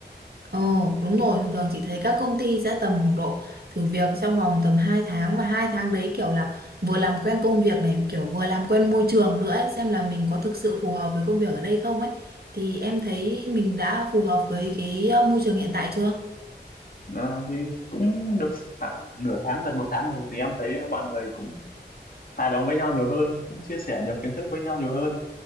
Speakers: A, on the right; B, on the left.
A: Ồ, đúng rồi, thường thường chị thấy các công ty sẽ tầm khoảng độ thử việc trong vòng tầm hai tháng và hai tháng đấy kiểu là vừa làm quen công việc này, kiểu vừa làm quen môi trường nữa ấy, xem là mình có thực sự phù hợp với công việc ở đây không ấy. Thì em thấy mình đã phù hợp với cái ờ, môi trường hiện tại chưa?
B: à, thì cũng được khoảng nửa tháng gần một tháng rồi thì em thấy mọi người cũng hòa đồng với nhau nhiều hơn cũng chia sẻ nhiều kiến thức với nhau nhiều hơn